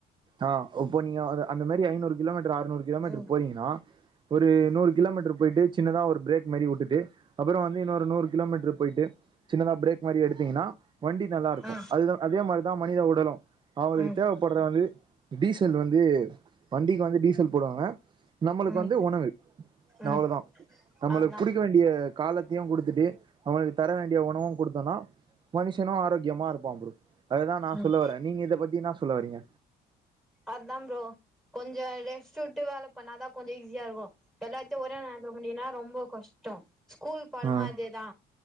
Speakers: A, on the right; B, in the centre.
A: ஆ இப்போ நீங்க அந்த மாரி ஐநூறு கிலோமீட்டர் ஆற்நூறு கிலோமீட்டரு
B: ம்
A: போறீங்கன்னா ஒரு நூறு கிலோமீட்டர் போய்ட்டு சின்னதா ஒரு பிரேக் மாரி விட்டுட்டு அப்றோ வந்து இன்னொரு நூறு கிலோமீட்டர் போய்ட்டு சின்னதா பிரேக் மாரி எடுத்தீங்கன்னா வண்டி நல்லா இருக்கு
B: ஆ
A: அதுதா அதே மாரி தா மனித உடலு அவங்களுக்கு
B: ம்
A: தேவப்பட்ற வந்து டீசல் வந்து வண்டிக்கு வந்து டீசல் போடுவாங்க நம்மளுக்கு
B: ம்
A: வந்து உணவு
B: ம்
A: அவ்ளோ தா நம்மளுக்கு
B: அவ்ளதா
A: குடுக்க வேண்டிய காலத்தையு குடுத்துட்டு அவுங்களுக்கு தர வேண்டிய உணவு குடுத்தன்னா மனுஷனு ஆரோக்கியமா இருப்பா ப்ரோ அததா நா
B: ம்
A: சொல்ல வரே நீங்க இத பத்தி என்னா சொல்ல வரீங்க
B: அத்தா ப்ரோ கொஞ்சோ ரெஸ்ட்டு விட்டு வேல பண்ணாதா கொஞ்சோ ஈஸியா இருக்கு எல்லாத்தையு ஒரே நேரத்தில பண்ணிங்கன்னா ரொம்ப கஷ்டோ ஸ்கூல் பாடமு
A: ம்
B: அதேதா